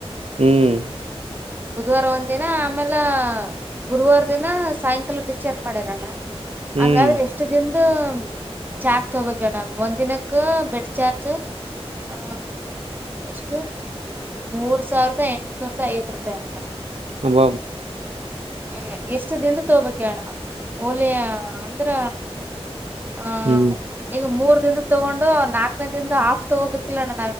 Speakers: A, on the right; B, on the right.
A: ಹ್ಮ್
B: ಬುಧವಾರ ಒಂದ್ ದಿನ ಆಮೇಲೆ ಗುರುವಾರ ದಿನ ಸಾಯಂಕಾಲ ಡಿಸಚಾರ್ಜ್ ಮಾಡರ ಅಣ್ಣ
A: ಹ್ಮ್
B: ಹಂಗಾದ್ರೆ ಎಷ್ಟು ದಿನ ಚಾರ್ಜ್ ತೊಗಬೇಕಡ್ ಒಂದಿನಕ್ಕೆ ಬೆಡ್ ಚಾರ್ಜ್ ಆ ಎಷ್ಟು ಮೂರ್ ಸಾವಿರದ ಎಂಟನೂರು ಐದ ರೂಪಾಯಿ ಅಂತ
A: ಹಬ
B: ಹ ಎಷ್ಟ ದಿಂದ ತಗಬೇಕ ಅಡ ಓಲ ಅಂದ್ರ ಹ
A: ಹ್ಮ್
B: ಈಗ ಮೂರ್ ಿಂದ ತಗೊಂಡು ಅವ್ ನಾಲ್ಕನೇ ದಿಂದ ಆಫ್ ತಗೋಬೇಕಿಲ್ಲ ನ